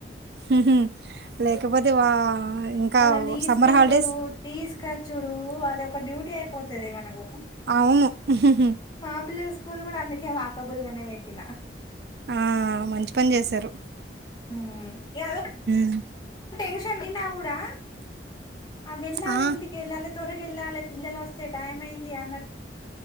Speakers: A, on the right; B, on the left.
A: హ్మ్మ్ లేకపోతే వా ఇంకా
B: వాళ్ళని తీసుకెళ్ళడు
A: సమ్మర్ హాలిడేస్
B: తీసుకచ్చుడు అది ఒక డ్యూటీ అయిపోతది మనకు
A: అవును హుహుహు.
B: మా పిల్లల స్కూల్ కూడా అందుకే వా కబుల్గానే పెట్టినా
A: ఆ మంచి పని చేశారు
B: హ్మ్మ్ ఎద
A: అ
B: టెన్షన్ దీనా కూడా వెళ్ళాలి
A: ఆ
B: ఇంటికి వెళ్ళాలి తొరగిెళ్ళాలే పిల్లలు వస్తే టైం అయింది అన్నట్